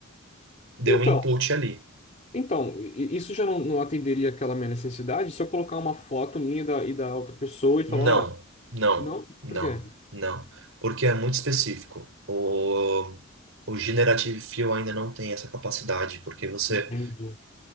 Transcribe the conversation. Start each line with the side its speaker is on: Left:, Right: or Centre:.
Right: deu
Left: Então,
Right: um input ali.
Left: Então, i- isso já não, não atenderia aquela minha necessidade se eu colocar uma foto minha e da, e da outra pessoa e falar,
Right: Não,
Left: ó,
Right: não,
Left: não,
Right: não,
Left: por quê?
Right: não. Porque é muito específico. O, o Generative Fill ainda não tem essa capacidade, porque você,
Left: Entendi.